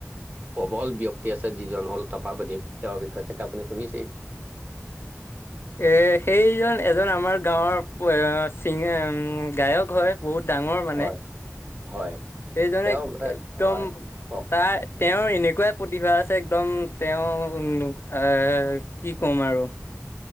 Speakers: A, on the right; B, on the left.
A: সবল ব্যক্তি আছে যিজন হ'ল তাপাৱাদীপ তেওঁৰ বিষয়ে চাকে আপুনি শুনিছেই?
B: এ সেইজন এজন আমাৰ গাঁৱৰ চিগ গায়ক হয়। বহুত ডাঙৰ মানে।
A: হয় হয়
B: সেইজনে
A: তেওঁ
B: একদম
A: এ, হয়
B: ত
A: কওক
B: তেওঁ এনেকুৱাই প্ৰতিভা আছে একদম তেওঁ এ কি কম আৰু।